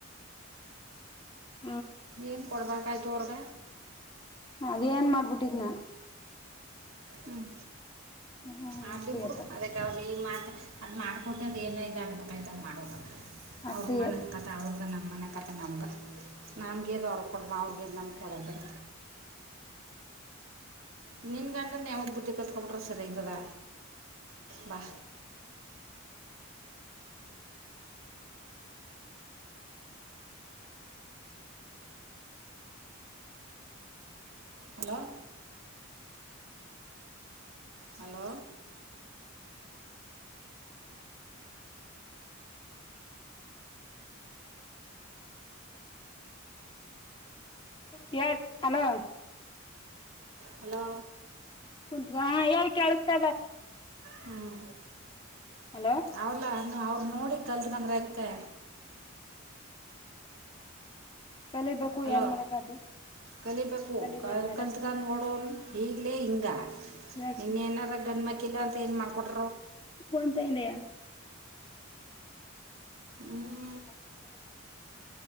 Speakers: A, on the left (about 25°); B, on the right (about 75°).
A: ಹ <inaudible>
B: ಏನ್ ಪಬೇಕ ಕಾಯ ದರ್ಗ
A: ಅದ ಏನ್ ಮಾಡ್ಬಿಟ್ಟಿದ್ನ
B: ಹ್ಮ್
A: ಹ್ಮ್
B: ಆಡ್ಲಿ
A: ಅಷ್ಟೇಯಪ್ಪ
B: ಬಿುಡು ಅದಕ್ಕ ಅವಲಿ ಈ ಮಾತಿನ <inaudible> ಅದ್ ಮಾಡ್ಕೊಟ್ಟದ್ ಏನಐ ಅನ್ಯ್ತ ಮಾಡ
A: ಅಷ್ಟೇ
B: ಅವ್ರ ಮನ್ತ ಅವ್ರಗನ ನಮ್ಮನೆ ಕತೆ ನಮಗೆ ನಮಗೆ ಇದು ಅವರು ಕೊಟ್ಟ ಅವರು ಗೆದ್ದು ನಮಗೆ ಕೊಡೋದು ಬೇಡ ನಿನ್ನ ಗಂಡ ನ್ಯಾಯವಾಗಿ ಬುದ್ಧಿ ಕತ್ಕೊಟ್ರರು ಸರಿ ಆಯ್ತದ ಬಾ ಹಲೋ ಹಲೋ
A: ಹೇಳ್ ಹಲೋ
B: ಹಲೋ
A: ಹಾ ಹೇಳ ಕೇಳಸ್ತದ
B: ಹ್ಮ
A: ಹಲೋ
B: ವೌಲ ನ ಅವ್್ರ ನೋಡಿ ಕಲ್ತ್ಕಂದ್ರೈತೆ
A: ಕಲಿಬೇಕು
B: ಅಲೋ
A: ಏನ್ ಮಾಡಕದು
B: ಕಲಿಬೇಕು
A: ಕಲಿದದ್ಮೇಲೆ
B: ಕ ಕಲ್ತ್ಗ ನೋಡೋಣ ಈಗ್ಲೇ ಹಿಂಗ
A: ಹೇಳ್ತೀನಿ
B: ಇನ್ನೇನಾರ ಗಂಡ ಮಕ್ಕಿ ಇಲ್ಲ ಅಂತಏನ್ ಮಾಡ್ಕಟ್ಟ
A: ಫೋನ್ ತಂದಿದೆ
B: ಹ್ಮ
A: ಮ ಚಲ